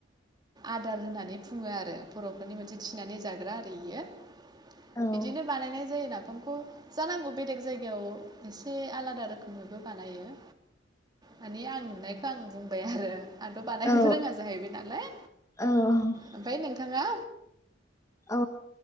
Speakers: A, on the right; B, on the left.
A: आदार होननानै बुङो आरो। बर'फोरनि मोनसे थिनानै जाग्रा आरो इयो
B: औ
A: बिदिनो बानायनाय जायो नामा ओंखामखौ जानांगौ बेलेग जायगायाव एसे आलादा रोखोमैबो बानायो माने आं नुनायखौ आं बुंबाय आरो आंथ बानायनोबो
B: औ
A: रोङा जाहैबाय नालाय
B: अ
A: ओमफाय नोंथाङा
B: अ